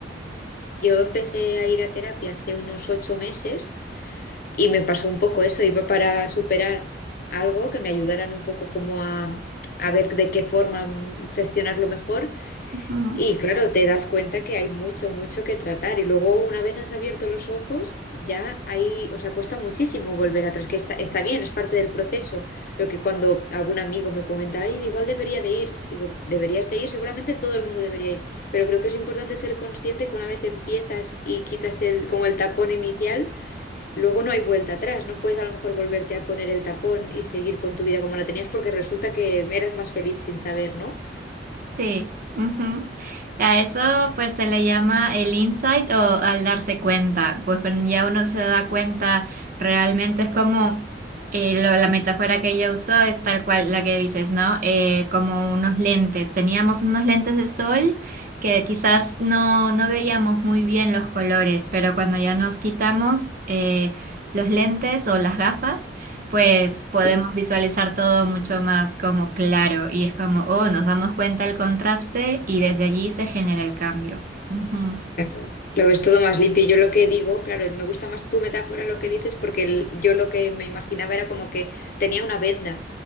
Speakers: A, on the left; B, on the right.
A: Yo empecé a ir a terapia hace unos ocho meses y me pasó un poco eso. Iba para superar algo que me ayudaran un poco como a, a ver de qué forma gestionarlo mejor
B: Ujú.
A: Y claro, te das cuenta que hay mucho, mucho que tratar. Y luego, una vez has abierto los ojos, ya hay, o sea, cuesta muchísimo volver atrás, que está, está bien, es parte del proceso. Lo que cuando algún amigo me comenta, ay, igual debería de ir, digo, deberías de ir, seguramente todo el mundo debería ir, pero creo que es importante ser consciente que una vez empiezas y quitas el, como el tapón inicial, luego no hay vuelta atrás. No puedes a lo mejor volverte a poner el tapón y seguir con tu vida como la tenías porque resulta que eras más feliz sin saber, ¿no?
B: Sí. ujú. A eso pues se le llama el insight o al darse cuenta. Pues cuando ya uno se da cuenta, realmente es como eh, lo- la metáfora que ella usó es tal cual la que dices, ¿no? Eh, como unos lentes. Teníamos unos lentes de sol que quizás no, no veíamos muy bien los colores, pero cuando ya nos quitamos eh, los lentes o las gafas, pues podemos
A: Sí.
B: visualizar todo mucho más como claro y es como, oh, nos damos cuenta del contraste y desde allí se genera el cambio. Ujú.
A: Claro, lo ves todo más limpio. Yo lo que digo, claro, me gusta más tu metáfora lo que dices porque el- yo lo que me imaginaba era como que tenía una venda